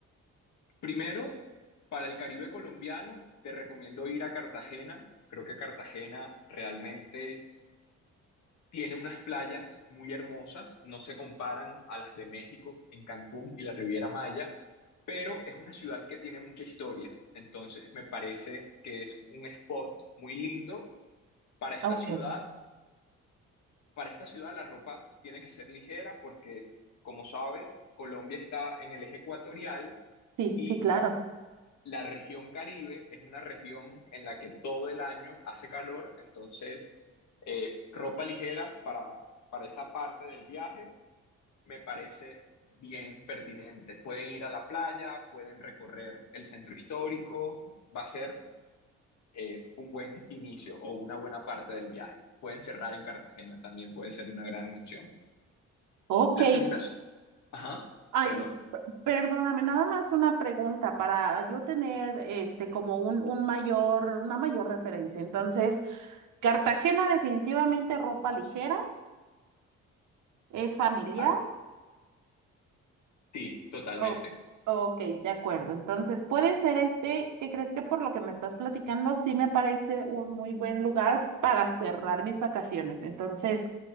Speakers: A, on the left; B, on the right.
A: Primero, para el Caribe colombiano, te recomiendo ir a Cartagena. Creo que Cartagena realmente tiene unas playas muy hermosas, no se comparan a las de México, en Cancún y la Riviera Maya, pero es una ciudad que tiene mucha historia. Entonces me parece que es un spot muy lindo para esta
B: Ok.
A: ciudad. Para esta ciudad la ropa tiene que ser ligera porque, como sabes, Colombia está en el eje ecuatorial
B: Sí,
A: y
B: sí, claro.
A: la región Caribe es una región en la que todo el año hace calor, entonces eh, ropa ligera para, para esa parte del viaje me parece bien pertinente. Pueden ir a la playa, pueden recorrer el centro histórico, va a ser eh, un buen inicio o una buena parte del viaje. Pueden cerrar en Cartagena, también puede ser una gran opción.
B: Ok.
A: La segunda... Ajá,
B: Ay,
A: perdón.
B: p- perdóname, nada más una pregunta para yo tener este como un, un mayor, una mayor referencia. Entonces, Cartagena definitivamente ropa ligera, es familiar.
A: Ah, sí, totalmente.
B: O- ok, de acuerdo. Entonces, puede ser este, ¿qué crees que por lo que me estás platicando, sí me parece un muy buen lugar para cerrar mis vacaciones? Entonces,